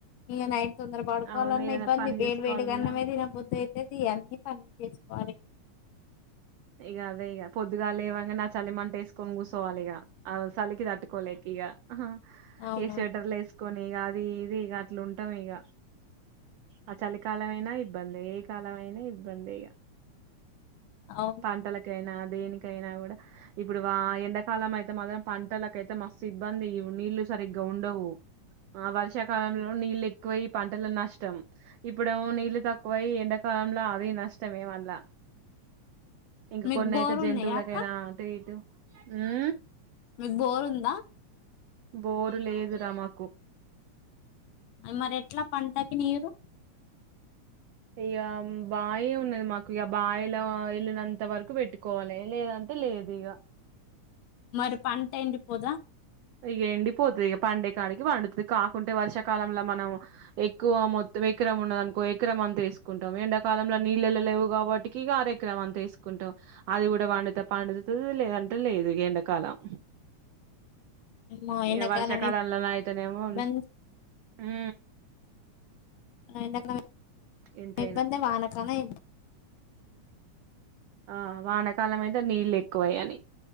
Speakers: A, on the left; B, on the right.
A: ఇగ నైట్ తొందర పడుకోవాలన్నా
B: అవును ఏదైనా
A: ఇబ్బంది
B: పని చేసుకోవాలన్నా
A: వేడి వేడిగా అన్నమే తిన బుద్ది ఇది అన్నీ పనులు చేసుకోవాలే
B: ఇక అదే ఇక పొద్దుగా లేవంగానె ఆ చలిమంట వేసుకొని కూచోవాలె ఇక ఆ సలకి తట్టుకోలేక ఈగ అహ
A: అవునవును
B: ఏ స్వేటర్లస్ కొని ఇగ అది ఇది ఇక అట్లు ఉంటాం ఇక ఆ చలికాలంమయినా ఇబ్బందె ఏ కాలమైనా ఇబ్బందెఇక
A: అవున్
B: పంటలకైనా దేనికైన కూడ ఇప్పుడు ఎండాకాలం అయితే మాత్రం పంటలకైతే మస్తు ఇబ్బంది నీళ్లు సరిగ్గా ఉండవు ఆ వర్షాకాలంలో నీళ్ళ ఎక్కువ పంటలు నష్టం ఇప్పుడు నీళ్లు తక్కువ వయి ఎండకాలంల అది నష్ ఇష్టమే మల్ల ఇంక
A: మీకు
B: కొన్నయితే
A: బోరు
B: జంతువులకైనా
A: ఉన్నాయా అక్క
B: అటు ఇటు ఉ
A: మీకు బోరుందా
B: బోరు లేదురా మాకు
A: మరి ఎట్లా పంటకి నీరు
B: ఇయ బాయి ఉన్నది మాకు ఇగా బాయిల యెల్లినంత వరకు పెట్టుకోవాలే లేదంటే లేదు ఇగ
A: మరి పంట ఎండి పోదా
B: ఇగ ఎండిపోతది ఇగా పండేకాడికి పండుతది కాకుంటే వర్షాకాలంలో మనం ఎక్కువ మొత్తం ఎకరం ఉన్నదనుకో ఎకరం అంతా ఏసుకుంటాం ఎండాకాలంల నీళ్ళెళ్ళ లేవు కాబట్టికి ఇగ ఆర ఎకరం అంతా ఏసుకుంటాం అది కూడా పండుతే పండుతుంది లేదంటే లేదు ఇగ ఎండకాలం
A: ఏమో ఎండాకాలం
B: ఇగా వర్షాకాలంల నయితేనేమో
A: ఇబ్బంది
B: ఉ
A: ఎండ కాలం
B: ఎంతైనా
A: ఇబ్బందే వాన కాలం ఇబ్బం
B: ఆ వానకాలం అయితే నీళ్ళు ఎ క్కువయని